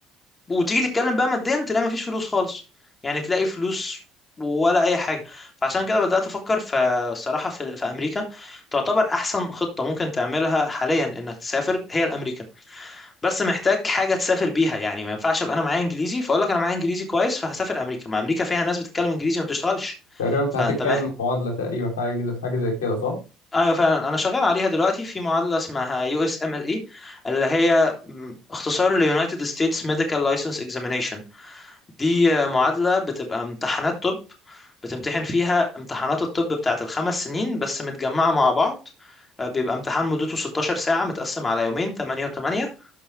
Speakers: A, on the left; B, on the left.
A: وتيجي تتكلم بقى ماديا تلاقي مفيش فلوس خالص يعني تلاقي فلوس ولا اي حاجه فعشان كده بدات افكر في الصراحه في, في امريكا تعتبر احسن خطه ممكن تعملها حاليا انك تسافر هي الامريكا بس محتاج حاجه تسافر بيها يعني ما ينفعش ابقى انا معايا انجليزي فاقول لك انا معايا انجليزي كويس فهسافر امريكا ما امريكا فيها ناس بتتكلم انجليزي ما بتشتغلش
B: تقريبا انت
A: فانت
B: هتتكلم
A: محتاج
B: معادله تقريبا حاجه زي حاجه زي كده صح
A: ايوه فعلا انا شغال عليها دلوقتي في معادله اسمها يو اس ام ال اي اللي هي م- اختصار ليونايتد ستيتس ميديكال لايسنس اكزامينيشن دي آه، معادله بتبقى امتحانات طب بتمتحن فيها امتحانات الطب بتاعت الخمس سنين بس متجمعه مع بعض آه، بيبقى امتحان مدته 16 ساعه متقسم على يومين 8 و8